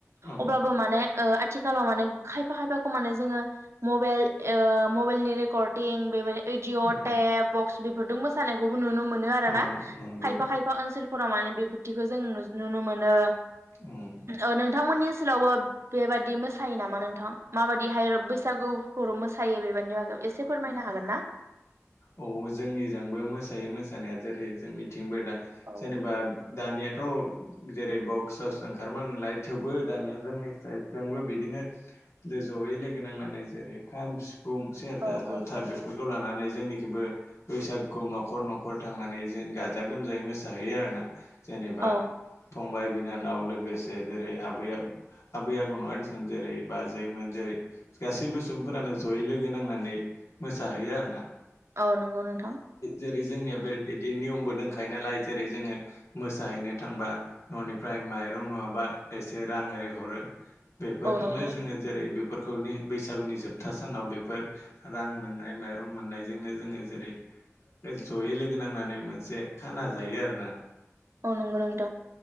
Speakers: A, on the left; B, on the right.
A: औ
B: अब्लाबो माने ओ आथिखालाव माने खायफा खायफाखौ माने जोङो मबेइल ओ मबेइलनि रेकर्डिं बेबाय एदिअद
A: औ
B: ए बक्स हरदों- जानायखौबो नुनो मोनो आरोना
A: औ नंगौ
B: खायफा खायफा ओनसोलफोराव माने बिबुथिखौ जों नु नुनो मोनो
A: औ
B: ओ नोंथांमोननि ओनसोलावबो बेबायादि मो सायो नामा नोंथां माबादिहाय बैसागु बर' मोसायो बेबारनि मागाव एसे फोरमायनो हागोन ना?
A: औ जोंनिजोंबो मोसायो मोसानाया जेरै जोंनिथिंबो दा
B: औ
A: जेनेबा दानियाथ' जेरै बक्सस ओंखारोमा नालाय थेवबो दानिया जोंनि साइडजोंबो बिदिनो लोगो जयै लोगो नांनानै जेरै खाम सि फुं सेरजा
B: औ
A: जथ
B: औ
A: बेखौ लानानै जोंनिखौबो बैसागुखौ न'खर न'खर थांनानै जों गाजा गोमजायै मोसाहैयो आरो ना। जेनेबा
B: औ
A: फंबाय बिनानाव लोगोसे जेरै आबैआब आबै आबौ न'ङा दिसुन जेरै बाजैमोन जेरै गासैबो सुबुंफोरानो जयै लोगो नांनानै मोसाहैयो आरो ना।
B: औ नंगौ नोंथां।
A: जेरै जोंनिया बे बिदिनो नियमबो दंखायो नालाय जेरै जोङो मोसाहैनो थांबा न'निफ्राय माइरं नङाबा एसे रां ओरै हरो। बेफोरजोंनो
B: औ नंगौ
A: जोङो जेरै बिब फोरनि बैसागुनि जोबथा सानाव बेफोर रां मोननाय माइरं मोननायजोंनो जोङो जेरै जयै लोगो नांनानै मोनसे खाना जायो आरो ना।
B: औ नंगौ नंथ'